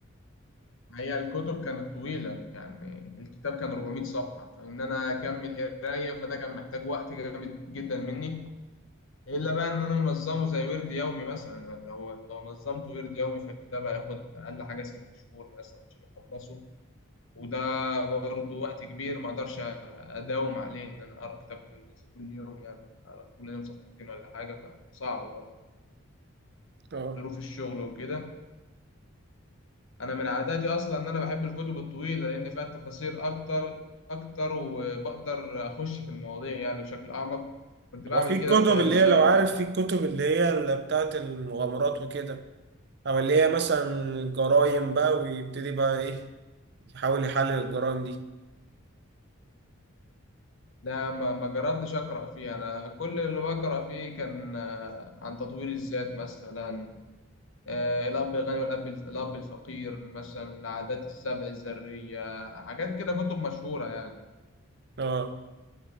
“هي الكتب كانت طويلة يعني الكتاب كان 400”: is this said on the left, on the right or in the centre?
Left